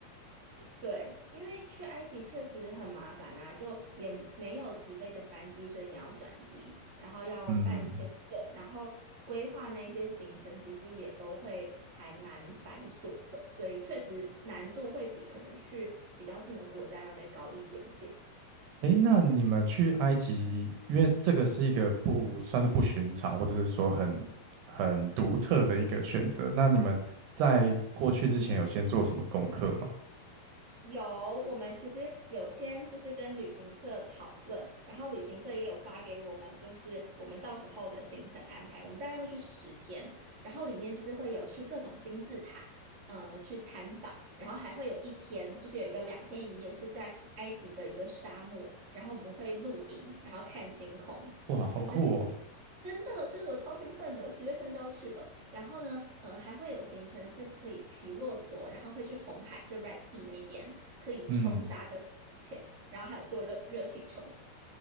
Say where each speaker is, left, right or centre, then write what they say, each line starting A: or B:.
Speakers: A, on the right (about 45°); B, on the right (about 80°).
A: 对，因为去埃及确实很麻烦呐、就也没有直飞的班机，所以你要转机，然后要办签证，
B: 嗯，
A: 然后规划那些行程，其实也都会还蛮繁琐的，所以确实难度会比可能去比较近的国家要再高一点点。
B: 诶，那你们去埃及，因为这个是一个不算是不寻常，或者是说很很独特的一个选择。那你们在过去之前有先做什么功课吗？
A: 有，我们其实有先就是跟旅行社讨论，然后旅行社也有发给我们，就是我们到时候的行程安排。我们大概会去十天，然后里面就是会有去各种金字塔，呃，去参访，然后还会有一天，就是有一个两天一夜是在埃及的一个沙漠，然后我们会露营，然后看星空。
B: 哇，好酷哦！
A: 就是。真的，就是我超兴奋的，十月份就要去了。然后呢，呃，还会有行程是可以骑骆驼，然后会去红海，就 Red Sea 那边可以冲沙跟浮潜，
B: 嗯，
A: 然后还有坐热热气球。